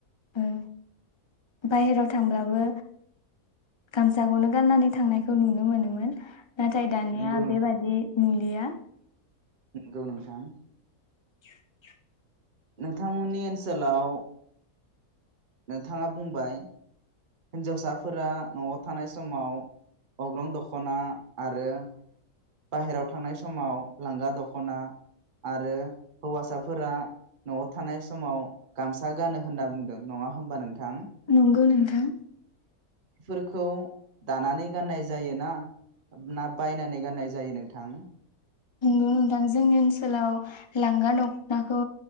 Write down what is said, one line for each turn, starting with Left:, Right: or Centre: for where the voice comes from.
Left: ओ बाहेराव थांब्लाबो गामसाखौनो गाननानै थांनायखौ नुनो मोनोमोन नाथाय दानिया
Right: नंगौ
Left: बेबादि नुलिया
Right: नोंगौ नोंथां
Left: <inaudible>
Right: नोंथांमोननि ओनसोलाव नोंथाङा बुंबाय हिनजावसाफोरा न'आव थानाय समाव अग्रं दख'ना आरो बाहेरायाव थांनाय समाव लांगा दख'ना आरो हौवासाफोरा न'आव थानाय समाव गामसा गानो होनना बुंदों नङा होमबा नोंथां
Left: नंगौ नोंथां
Right: फोरखौ दानानै गाननाय जायो ना ना बायनानै गाननाय जायो नोंथां
Left: नोंगौ नोंथां जोंनि ओनसोलाव लांगा दख'नाखौ